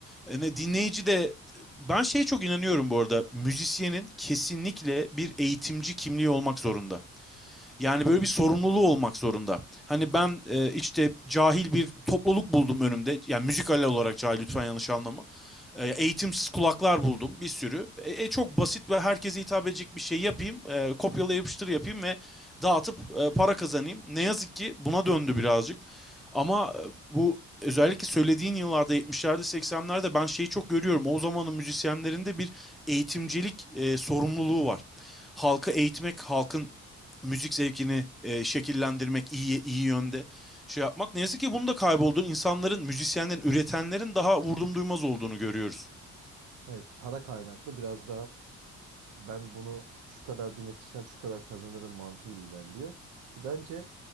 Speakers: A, in the centre; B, on the right.
A: E, ne- dinleyici de ben şeye çok inanıyorum bu arada. Müzisyenin kesinlikle bir eğitimci kimliği olmak zorunda. Yani böyle bir sorumluluğu olmak zorunda. Hani ben e, işte cahil bir topluluk buldum önümde. Yani müzikal olarak cahil lütfen yanlış anlama. E, eğitimsiz kulaklar buldum bir sürü. E, e, çok basit ve herkese hitap edecek bir şey yapayım. E, kopyala yapıştır yapayım ve dağıtıp e, para kazanayım. Ne yazık ki buna döndü birazcık. Ama e, bu özellikle söylediğin yıllarda 70'lerde 80'lerde ben şeyi çok görüyorum. O zamanın müzisyenlerinde bir eğitimcilik e, sorumluluğu var. Halkı eğitmek, halkın müzik zevkini e, şekillendirmek iyi iyi yönde şey yapmak. Ne yazık ki bunun da kaybolduğunu insanların, müzisyenlerin, üretenlerin daha vurdum duymaz olduğunu görüyoruz.
B: Evet, para kaynaklı biraz daha ben bunu şu kadar dinletirsem şu kadar kazanırım mantığıyla ilerliyor. Ki bence